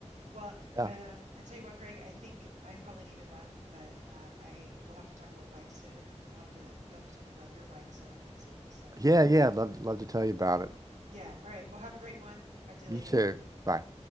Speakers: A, on the right (about 80°); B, on the right (about 30°).
A: well,
B: yeah,
A: uh, I tell you what, Greg, I think I probably need to run, but uh, I will have to talk about bikes soon, and we'll have to you'll have to tell me about your bike setup next time. So,
B: yeah,
A: um,
B: yeah. I'd love love to tell you about it.
A: yeah, all right. Well, have a great one. Talk to you
B: You
A: later.
B: too. Bye.